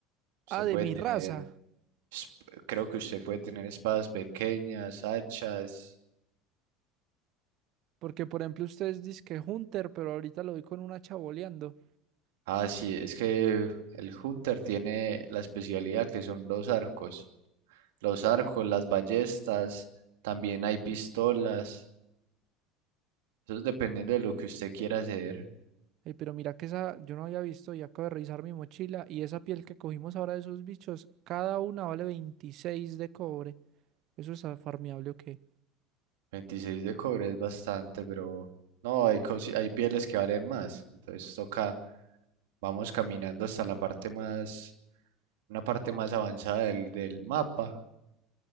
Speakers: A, on the right (about 75°); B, on the right (about 55°).
A: Usted
B: Ah, de
A: puede
B: mi
A: tener
B: raza.
A: Es- Creo que usted puede tener espadas pequeñas, hachas.
B: Porque por ejemplo ustedes dicen que Hunter, pero ahorita lo vi con una chaboleando.
A: Ah, sí, es que el Hunter tiene la especialidad que son los arcos. Los arcos, las ballestas, también hay pistolas. Eso es dependiendo de lo que usted quiera hacer.
B: Ey, pero mira que esa yo no había visto y acabo de revisar mi mochila y esa piel que cogimos ahora de esos bichos, cada una vale veintiséis de cobre. ¿Eso es ah, farmeable o qué?
A: Veintiséis de cobre es bastante, pero no, hay, cosi- hay pieles que valen más. Entonces toca, vamos caminando hasta la parte más, una parte más avanzada del, del mapa